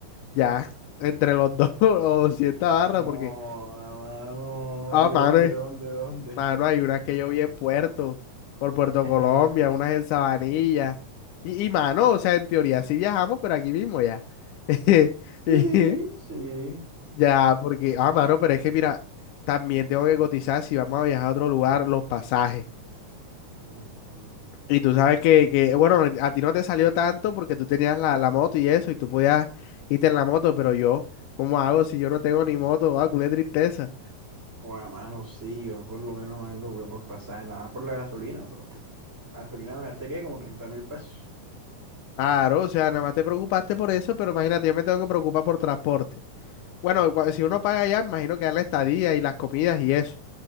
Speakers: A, on the left; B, on the right.
A: ya, entre los dos <laughs> o 200 barras,
B: No,
A: porque,
B: hermano.
A: ah,
B: ¿Y dónde,
A: mano.
B: dónde, dónde?
A: Mano, hay unas que yo vi en Puerto, por
B: <laughs>
A: Puerto Colombia, unas en Sabanilla. Y, y mano, o sea, en teoría sí viajamos, pero aquí mismo ya. <laughs>
B: Sí,
A: Y
B: sí.
A: ya, porque, ah, mano, pero es que mira, también tengo que cotizar si vamos a viajar a otro lugar, los pasajes.
B: Ujú.
A: Y tú sabes que, que, bueno, a ti no te salió tanto porque tú tenías la, la moto y eso, y tú podías irte en la moto, pero yo, ¿cómo hago si yo no tengo ni moto? Ah, culé tristeza.
B: Joder, mano, sí, yo por lo menos no me preocupé por pasaje, nada por la gasolina, pero pff, gasolina me gasté que como treinta mil pesos.
A: Claro, o sea, nada más te preocupaste por eso, pero imagínate, yo me tengo que preocupar por transporte. Bueno, cua- si uno paga allá, me imagino que da la estadía y las comidas y eso.